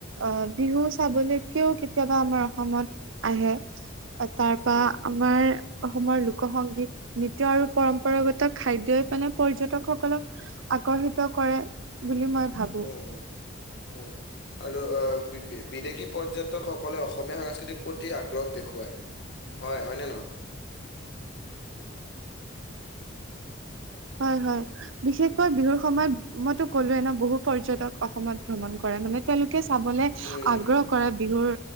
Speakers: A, on the right; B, on the left.
A: অ, বিহু চাবলৈকেও কেতিয়াবা আমাৰ অসমত আহে। তাৰপা,
B: উম, উম,
A: আমাৰ অসমৰ লোক সংগীত, নৃতয় আৰু পৰম্পৰাগত খাদ্যই মানে পৰ্যটক সকলক আকৰ্ষিত কৰে, বুলি মই ভাবো।
B: উম, উম। আৰু বি- বিদেশী পৰ্যটকসকলে অসমীয়া সাংস্কৃতিক প্ৰতি আগ্ৰহ দেখুৱায়। হয়, হয় নে নহয়!
A: হয়, হয়, বিশেষকৈ বিহুৰ সময়ত মইতো ক'লোৱে ন, বহু পৰ্যটক অসমত ভ্ৰমণ কৰে, মানে তেওঁলোকে চাবলে
B: উম,
A: আগ্ৰহ কৰে, বিহুৰ